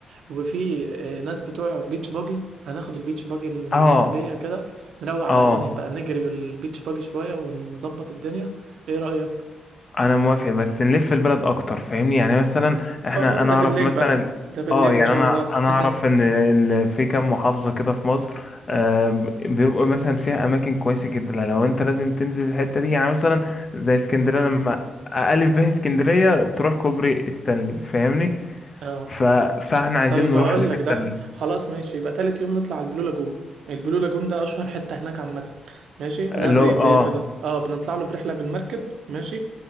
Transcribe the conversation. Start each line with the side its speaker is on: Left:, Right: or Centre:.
Right: وفي اه، ناس بتوع بيتش باجي هناخد البيتش باجي من المغربية
Left: اه
Right: كده نروق على
Left: اه
Right: الدنيا بقى نجري بالبيتش باجي شوية ونظبط الدنيا ايه رأيك
Left: انا موافق بس نلف البلد اكتر فاهمني يعني مثلا احنا
Right: اه اه
Left: انا
Right: ده
Left: اعرف
Right: بالليل
Left: مثلا
Right: بقى ده بالليل
Left: اه يعني
Right: ان شاء
Left: انا
Right: الله
Left: انا
Right: <laughs>
Left: اعرف ان ال- في كام محافظه كده في مصر آه بيبقوا مثلا فيها اماكن كويسه جدا لو انت لازم تنزل الحته دي يعني مثلا زي اسكندريه لما الف به اسكندريه تروح كوبري ستانلي فاهمني
Right: اه اه
Left: ف... فاحنا عايزين
Right: طيب
Left: نروح
Right: هقول
Left: الحته
Right: لك ده
Left: ال-
Right: خلاص ماشي يبقى تالت يوم نطلع على البلو لاجون البلو لاجون ده اشهر حتة هناك عامة ماشي ده
Left: اللي
Right: بي
Left: هو اه
Right: بي بنط... اه بنطلع له برحلة بالمركب ماشي